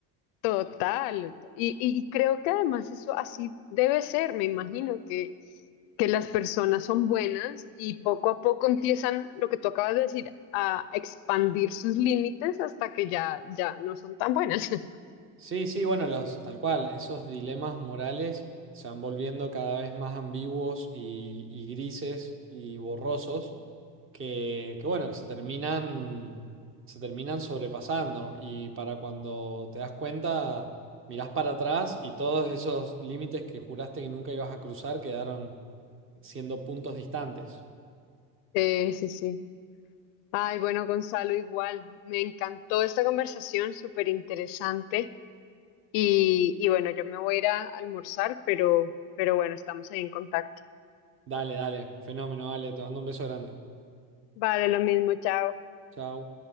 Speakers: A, on the left; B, on the right.
A: Total. Y, y y creo que además eso así debe ser. Me imagino que, que las personas son buenas y poco a poco empiezan, lo que tú acabas de decir, a expandir sus límites hasta que ya, ya no son tan buenas. <laughs>
B: Sí, sí, bueno, los, tal cual, esos dilemas morales se van volviendo cada vez más ambiguos y, y grises y borrosos que, que, bueno, que se terminan, se terminan sobrepasando y para cuando te das cuenta, mirás para atrás y todos esos límites que juraste que nunca ibas a cruzar quedaron siendo puntos distantes.
A: Sí, sí, sí. Ay, bueno, Gonzalo, igual. Me encantó esta conversación, súper interesante. Y, y bueno, yo me voy a ir a almorzar, pero, pero bueno, estamos ahí en contacto.
B: Dale, dale, fenómeno, dale, te mando un beso grande.
A: Vale, lo mismo, chao.
B: Chao.